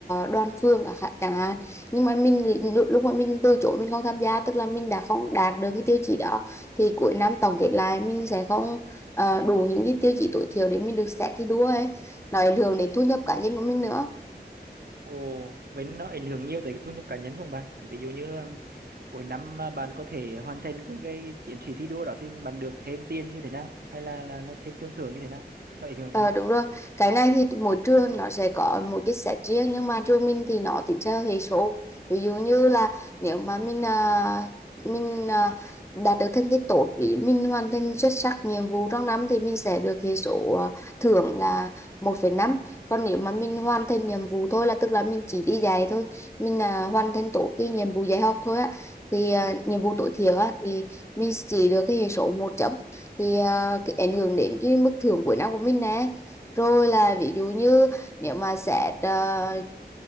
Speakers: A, on the left; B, on the right.
A: đoàn phường chẳng hạn chẳng hạn. nhưng mà mình lúc lúc mà mình từ chối mình không tham gia tức là mình đã không đạt được cái tiêu chí đó thì cuối năm tổng kết lại mình sẽ không ờ, đủ những cái tiêu chí tối thiểu để mình được xét thi đua ấy nó ảnh hưởng đến thu nhập cá nhân của mình nữa
B: Ồ, vậy nó ảnh hưởng nhiều tới cái thu nhập cá nhân của bạn. Tại Ví dụ như um, cuối năm mà bạn có thể hoàn thành cái, cái, cái chiến sĩ thi đua đó thì bạn được thêm tiền như thế nào? Hay là là nó thêm tương thưởng như thế nào? Nó ảnh hưởng
A: Ờ
B: thế nào?
A: đúng rồi, cái này thì mỗi trường nó sẽ có một cái set riêng nhưng mà trường mình thì nó tính theo hệ số. Ví dụ như là nếu mà mình à, mình à, đạt được thành tích tốt vì mình hoàn thành xuất sắc nhiệm vụ trong năm thì mình sẽ được hệ số à, thưởng là một phẩy năm Còn nếu mà mình hoàn thành nhiệm vụ thôi là tức là mình chỉ đi dạy thôi, mình à, hoàn thành tốt cái nhiệm vụ dạy học thôi á thì à, nhiệm vụ tối thiểu á thì mình chỉ được cái hệ số một chấm thì à, cái ảnh hưởng đến cái mức thưởng cuối năm của mình nè rồi là ví dụ như nếu mà xét à,